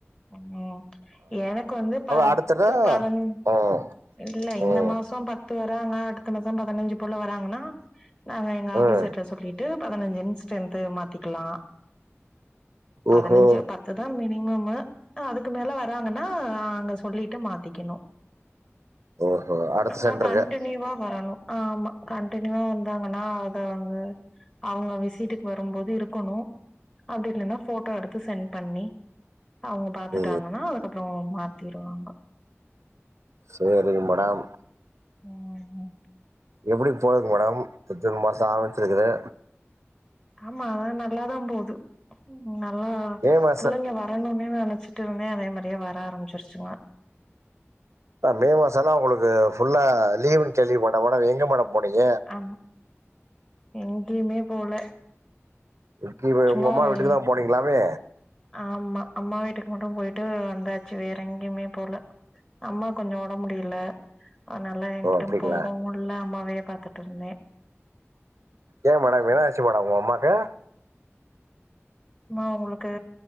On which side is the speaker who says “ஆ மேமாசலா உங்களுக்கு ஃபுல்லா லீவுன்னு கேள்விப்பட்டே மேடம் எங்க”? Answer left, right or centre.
Right